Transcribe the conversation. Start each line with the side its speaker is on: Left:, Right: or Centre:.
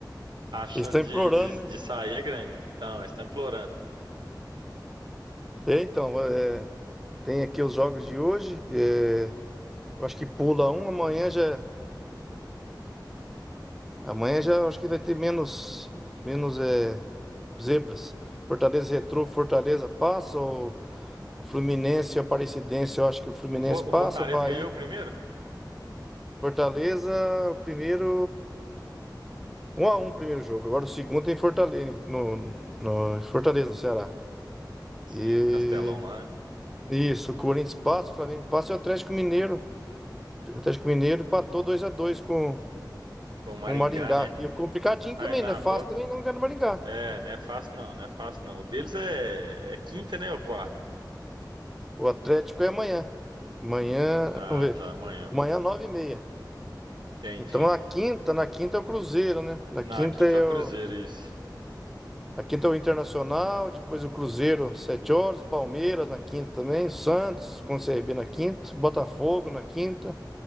Right: a chance
Centre: Eles estão
Right: de,
Centre: implorando,
Right: de,
Centre: né?
Right: de sair é grande. Então, eles estão implorando.
Centre: É, então, é, tem aqui os jogos de hoje, é, eu acho que pula um, amanhã já, amanhã já acho que vai ter menos, menos é, zebras. Fortaleza e Retrô, Fortaleza passa, O Fluminense e o Aparecidense, eu acho que o Fluminense
Right: O, For-
Centre: passa,
Right: o Fortaleza
Centre: Bahia,
Right: ganhou
Centre: e
Right: o primeiro?
Centre: Fortaleza, o primeiro. um a um o primeiro jogo. Agora o segundo é em Fortaleza, no, no em Fortaleza, no Ceará.
Right: Sim,
Centre: E
Right: no Castelão lá, né?
Centre: isso, o Corinthians passa, o Flamengo passa e o Atlético Mineiro. O Atlético Mineiro empatou 2 a 2 com
Right: Com o Maringá,
Centre: com o Maringá.
Right: né?
Centre: E é complicadinho
Right: Aí
Centre: também,
Right: na
Centre: não é fácil
Right: volta.
Centre: também não ganhar do Maringá.
Right: É, não é fácil não, não é fácil não. O deles é, é quinta, né? Ou quarta?
Centre: O Atlético é amanhã. Amanhã,
Right: Ah,
Centre: vamos ver.
Right: tá, amanhã.
Centre: Amanhã, nove e meia
Right: Entendi.
Centre: Então na quinta, na quinta é o Cruzeiro, né? Na
Right: Na
Centre: quinta
Right: quinta
Centre: é
Right: é o
Centre: o,
Right: Cruzeiro, isso.
Centre: Aqui tem o Internacional, depois o Cruzeiro, 7 horas, Palmeiras na quinta também, Santos com o CRB na quinta, Botafogo na quinta